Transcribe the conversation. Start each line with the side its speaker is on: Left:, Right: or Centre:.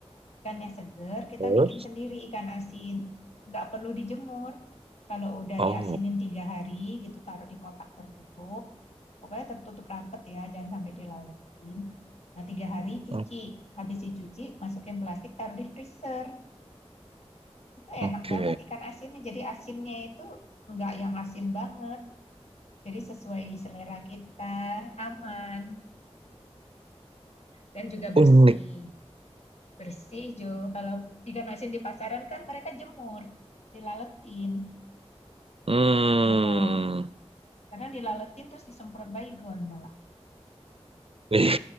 Left: ikannya seger, kita
Right: Terus?
Left: bikin sendiri ikan asin. Nggak perlu dijemur. Kalau udah
Right: Oh,
Left: diasinin tiga hari gitu, taruh di kotak tertutup. Pokoknya tertutup rapet ya, jangan sampai dilalepin. Nah, tiga hari cuci.
Right: o-
Left: Habis dicuci, masukin plastik, taruh di freezer. Itu
Right: oke.
Left: enak banget ikan asinnya. Jadi asinnya itu nggak yang asin banget. Jadi sesuai selera kita, aman, dan juga
Right: Unik.
Left: bersih. Bersih, Jo. Kalau ikan asin di pasaran kan mereka jemur dilaletin.
Right: Hmm.
Left: Dorok. Kadang dilaletin terus disemprot baygon malah.
Right: <laughs> Ih,